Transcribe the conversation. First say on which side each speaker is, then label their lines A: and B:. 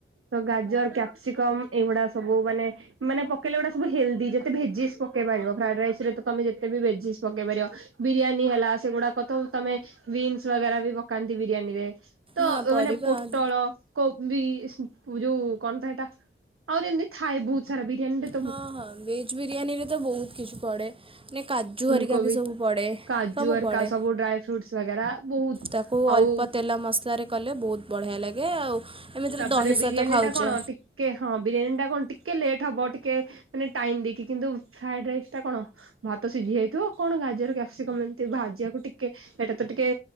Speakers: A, on the right; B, on the right.
A: ତ ଗାଜର, କ୍ୟାପସିକମ୍ ଏଇଗୁଡ଼ା ସବୁ ମାନେ ମାନେ, ପକେଇଲେ ଏଗୁଡ଼ା ସବୁ ହେଲ୍ଦି। ଯେତେ ଭେଜିସ୍ ପକେଇ ପାରିବ। ଫ୍ରାଏଡ୍‌ ରାଇସ୍‌ରେ ତ ତମେ ଯେତେ ବି ଭେଜିସ୍ ପକେଇ ପାରିବ। ବିରିୟାନୀ ହେଲା, ସେଗୁଡ଼ାକ ତ ତମେ ବିନ୍ସ ବଗେରା ବି ପକାନ୍ତି ବିରିୟାନୀରେ। ତ,
B: ହଁ
A: ଏ
B: ପରିବା
A: ମାନେ ପୋ ତ କୋବି <unintelligible> ଯୋଉ କଣ, ତ ସେଟା ଆହୁରି ଏମତି ଥାଏ, ବହୁତ ସାରା ବିରିୟାନୀ ରେ
B: ହଁ, ହଁ। ଭେଜ୍ ବିରିୟାନୀରେ ତ ବହୁତ କିଛି ପଡ଼େ ନେ, କାଜୁ,
A: ଫୁଲକୋବି
B: ହେରିକା ବି ସବୁ ପଡ଼େ।
A: କାଜୁ,
B: ସବୁ
A: ହେରକା
B: ପଡ଼େ
A: ସବୁ ଡ୍ରାଏ ଫ୍ରୁଟସ୍‌ ବଗେରା, ବହୁତ
B: ତାକୁ
A: ଆଉ
B: ଅଳ୍ପ ତେଲ, ମସଲାରେ କଲେ, ବହୁତ ବଢ଼ିଆ ଲାଗେ। ଆଉ ଏମିତିରେ
A: ତାପରେ
B: ଦହି
A: ବିରିୟାନୀ
B: ସହିତ ଖାଉଛେ
A: ଟା କଣ ଟି କେ ହଁ, ବିରିୟାନୀ ଟା କଣ ଟିକେ ଲେଟ୍ ହବ, ଟିକେ ମାନେ ଟାଇମ୍ ଦେଇକି। କିନ୍ତୁ ଫ୍ରାଏଡ୍‌ ରାଇସ୍ ଟା କଣ ଭାତ ସିଝି ଯାଇଥିବ, କଣ ଗାଜର, କ୍ୟାପ୍ସିକମ୍ ଏମିତି ଭାଜିଆକୁ ଟିକେ ଏଇଟା ତ ଟିକେ,